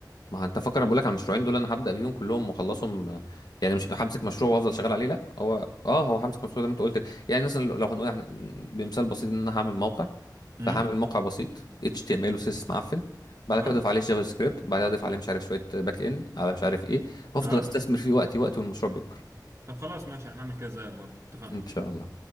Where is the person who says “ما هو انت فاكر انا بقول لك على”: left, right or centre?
Left